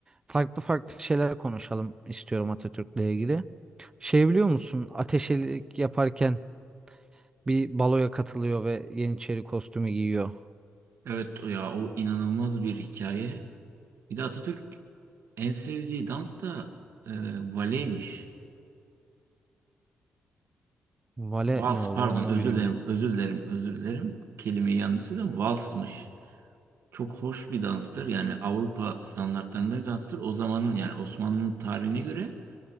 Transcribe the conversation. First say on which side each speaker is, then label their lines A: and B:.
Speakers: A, on the right; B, on the right.
A: farklı farklı şeyler konuşalım istiyorum Atatürk'le ilgili. Şey biliyor musun? Ateşelik yaparken bir baloya katılıyor ve Yeniçeri kostümü giyiyor.
B: Evet o ya o inanılmaz bir hikaye. Bir de Atatürk en sevdiği dans da e, valeymiş.
A: Vale
B: Vals
A: ne oluyor
B: pardon
A: onu
B: özür
A: bilmiyorum.
B: dilerim özür dilerim özür dilerim. Kelimeyi yanlış söyledim valsmış. Çok hoş bir danstır yani Avrupa standartlarında bir danstır. O zamanın yani Osmanlı'nın tarihine göre